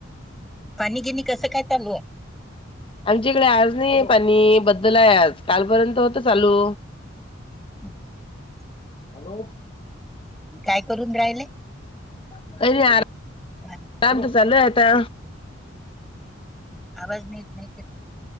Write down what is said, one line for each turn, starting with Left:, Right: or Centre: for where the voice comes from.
Centre: पाणी गिणी कसं काय चालू आहे
Left: आमच्या इकडे आज नाही पाणी बद्दल आज कालपर्यंत होत चालू
Centre: <inaudible>
Left: हॅलो!
Centre: काय करून राहिले?
Left: <unintelligible>
Centre: <unintelligible>
Left: आराम तर चालू आहे आता
Centre: आवाज नीट नाही,